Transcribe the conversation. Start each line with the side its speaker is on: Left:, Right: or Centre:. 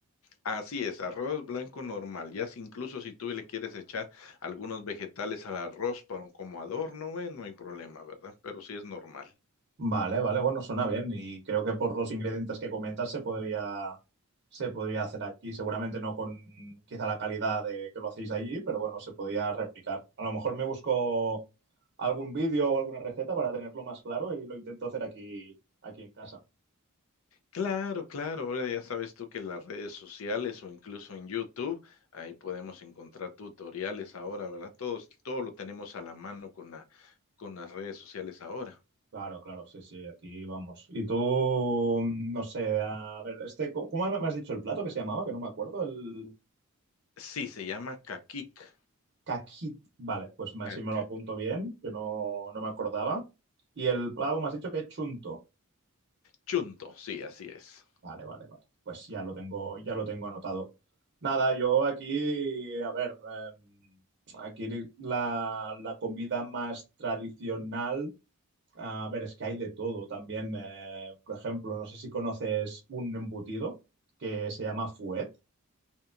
Left: así es, arroz blanco normal, ya si incluso si tú le quieres echar algunos vegetales al arroz para como adorno, bueno, no hay problema, ¿verdad? Pero sí es normal.
Right: Vale, vale, bueno, suena bien. Y creo que por los ingredientes que comentas se podría, se podría hacer aquí. Seguramente no con quizá la calidad de que lo hacéis allí, pero bueno, se podría replicar. A lo mejor me busco algún vídeo o alguna receta para tenerlo más claro y lo intento hacer aquí, aquí en casa.
Left: Claro, claro, ahora ya sabes tú que en las redes sociales o incluso en YouTube, ahí podemos encontrar tutoriales ahora, ¿verdad? Todos todo lo tenemos a la mano con la con las redes sociales ahora.
Right: Claro, claro, sí, sí, aquí vamos. Y tú, mm, no sé, a ver, este, ¿cómo cómo me has dicho el plato que se llamaba? Que no me acuerdo, el
Left: Sí, se llama kakik
Right: caquit. Vale, pues me- así
Left: caquic,
Right: me lo apunto bien, que no, no me acordaba. Y el pavo me has dicho que es chunto.
Left: chunto, sí, así es.
Right: Vale, vale, vale. Pues ya lo tengo, ya lo tengo anotado. Nada, yo aquí, a ver, eh, aquí la, la comida más tradicional. A ver, es que hay de todo también. eh, por ejemplo, no sé si conoces un embutido que se llama fuet,